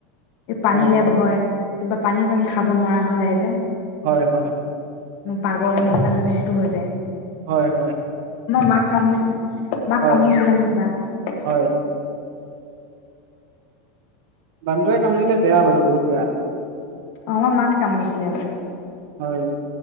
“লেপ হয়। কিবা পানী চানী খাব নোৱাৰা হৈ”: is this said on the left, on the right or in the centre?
Left